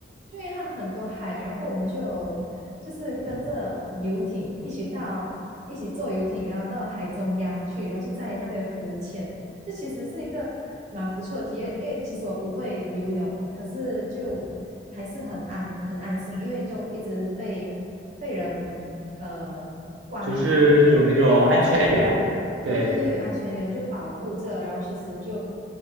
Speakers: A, on the right; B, on the right.
A: 就因为它很多海，然后后我们就有就是跟着游艇一起到一起坐游艇，然后到海中央去，然后就在那边浮潜，这其实是一个蛮不错的体验。因为其实我不会游泳，可是就还是很安很安心，因为就一直被被人呃关，
B: 就是有那种安全员，
A: 就是被关注着，有对对对，
B: 对对，
A: 有安全员就保护着，然后其实就